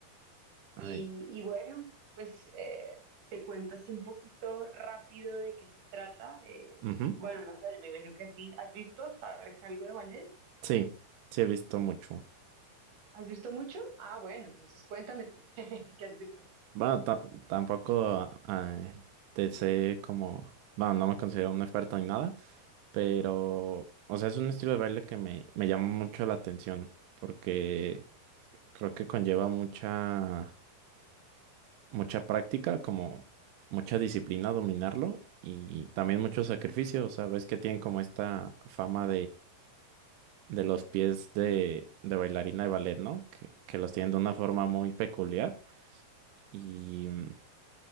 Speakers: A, on the right; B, on the right.
A: Y,
B: Ay.
A: y bueno, pues eh, te cuento así un poquito rápido de qué se trata. eh,
B: ujú.
A: bueno, no sé, yo me imagino que has, vi- has visto, ¿sabes algo de ballet?
B: Sí, sí he visto mucho.
A: ¿Has visto mucho? Ah, bueno, entonces cuéntame tú, <laughs> ¿qué has visto?
B: Bueno, ta- tampoco ah, te sé como, bueno, no me considero un experto ni nada, pero, o sea, es un estilo de baile que me, me llama mucho la atención porque creo que conlleva mucha, mucha práctica, como mucha disciplina dominarlo y también mucho sacrificio, o sea, ves que tienen como esta fama de los pies de, de bailarina de ballet, ¿no? Que, que los tienen de una forma muy peculiar. Y mm,